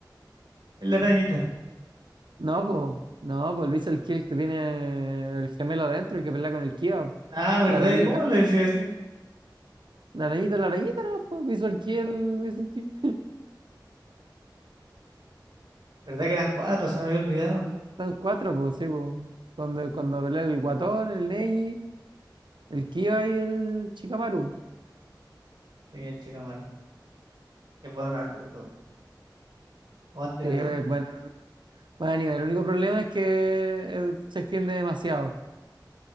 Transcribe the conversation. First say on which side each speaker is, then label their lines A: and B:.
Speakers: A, on the right; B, on the right.
A: el arañita.
B: No, pues, no, pues el Visual Kill que tiene el gemelo adentro, y que pelea con el Kiva,
A: Ah, ¿verdad?
B: la arañita,
A: ¿Y cómo le decía ese?
B: la arañita, la arañita, no, pues Visual Kill, Visual Kill.
A: ¿Verdad que eran cuatro? Se me había olvidado.
B: Son cuatro, pues, sí, pues. Cuando, cuando pelea el Guatón, el Neji, el Kiva y el Shikamaru.
A: Sí, el Chikamaru. Que bueno, Naruto. Aguante Naruto.
B: Sí, es buen, buen anime. El único problema es que eh, se extiende demasiado.